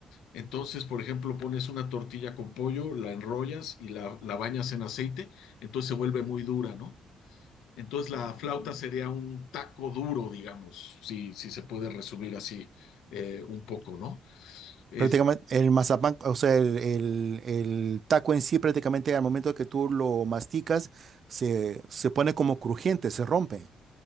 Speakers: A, on the left; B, on the right.
A: Entonces, por ejemplo, pones una tortilla con pollo, la enrollas y la, la bañas en aceite, entonces se vuelve muy dura, ¿no? Entonces la flauta sería un taco duro, digamos, si, si se puede resumir así eh, un poco, ¿no? Es-
B: Prácticamente el mazapán, o sea, el, el- el taco en sí prácticamente al momento que tú lo masticas se, se pone como crujiente, se rompe.